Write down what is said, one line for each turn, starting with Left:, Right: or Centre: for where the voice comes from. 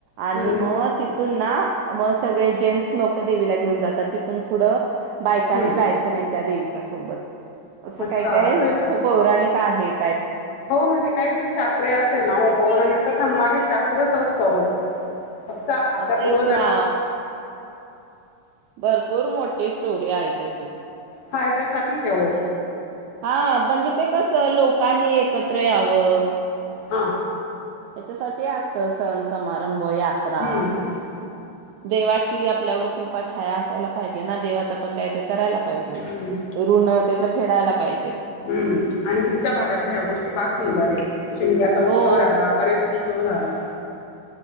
Right: आणि
Left: हम्म
Right: मग ना म सगळे जेंट्स लोक देवीला घेऊन जातात, तिथून पुढं बायकांनी
Left: हं.
Right: जायचं नाही त्या देवीच्या सोबत. असं
Left: अच्छा
Right: काय-काय
Left: असं आहे का?
Right: पौराणिक आहेत.
Left: हो म्हणजे काहीतरी शास्त्र असेल ना, हो पौरानिक कथान मागे शास्त्रच असतं हो. फक्त आप आपल्या
Right: म
Left: पूर्वजांनी
Right: तेचं ना भरपूर मोठी स्टोरी आहे त्याची.
Left: फायद्यासाठी आहे वो.
Right: हा म्हणजे ते कसं, लोकांनी एकत्र यावं
Left: हा
Right: याच्यासाठी असत सण समारंभ हो यात्रा
Left: हं, हं,
Right: देवाची आपल्यावर कृपा छाया असायला पाहिजे ना, देवाच पण काहीतरी करायला पाहिजे
Left: हं,
Right: ऋण त्यांच फेडायला पाहिजे.
Left: हुं आणि तुमच्या भागातल्या ह्या गोष्टी फार सुंदर येत. शिमग्याचा उत्सव
Right: हो
Left: झाला. गणेश उत्सव झाला.